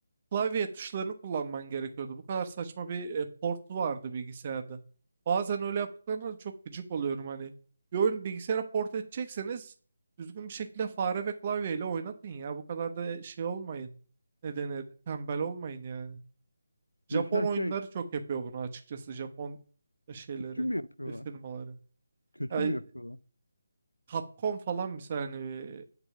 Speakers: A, on the right (about 35°); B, on the left (about 75°).
A: klavye tuşlarını kullanman gerekiyordu. Bu kadar saçma bir e, port vardı bilgisayarda. Bazen öyle yaptıklarında da çok gıcık oluyorum hani. Bir oyunu bilgisayara port edecekseniz düzgün bir şekilde fare ve klavyeyle oynatın ya. Bu kadar da şey olmayın. Ne denir? Tembel olmayın yani. Japon
B: Mesela
A: oyunları
B: şey
A: çok yapıyor bunu açıkçası. Japon şeyleri
B: kötü mü yapıyorlar?
A: e, firmaları.
B: Kötü
A: Yani
B: mü yapıyorlar?
A: Capcom falan mesela hani e,